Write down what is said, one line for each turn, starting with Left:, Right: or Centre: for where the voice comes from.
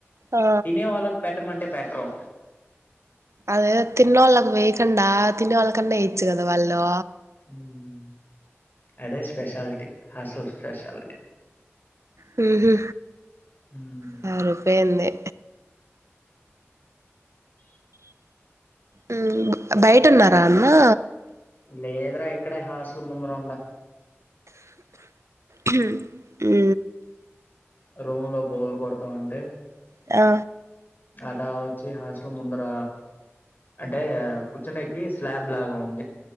Right: ఆ
Left: తినే వాళ్ళకు పెట్టమంటే పెట్టరు.
Right: అదే తిన్నోళ్ళకు వేయకుండా తినే వాళ్ళకన్నా వెయచ్చు కదా వాళ్ళు.
Left: హ్ అదే స్పెషాలిటీ హాస్టల్ స్పెషాలిటీ.
Right: హుహ్
Left: హ్మ్.
Right: సరిపోయింది. హ్ బయటున్నారా అన్నా.
Left: లేదురా ఇక్కడే హాస్టల్ ముందర ఉండా.
Right: హ్ ఉ
Left: రూమ్ లో బోర్ కొడతా ఉంటే
Right: ఆ
Left: అట వచ్చి హాస్టల్ ముందర అంటే కూర్చోనికి స్లాబ్ లాగా ఉంది.